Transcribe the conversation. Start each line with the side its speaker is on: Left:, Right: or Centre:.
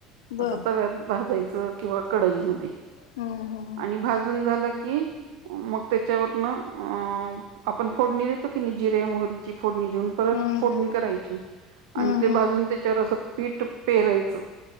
Left: बर
Right: असं तव्यात भाजायचं. किंवा कडईमध्ये
Left: हम्म हम्म
Right: आणि भाजून झालं की मग त्याच्यावरन अ आपण फोडणी देतो की नाही जिरे मोहरीची फोडणीेदेऊन परत
Left: हम्म
Right: फोडणी करायची
Left: हम्म
Right: आणि ते
Left: हम्म
Right: भाजून त्याच्यावर अस पीठ पेरायचं.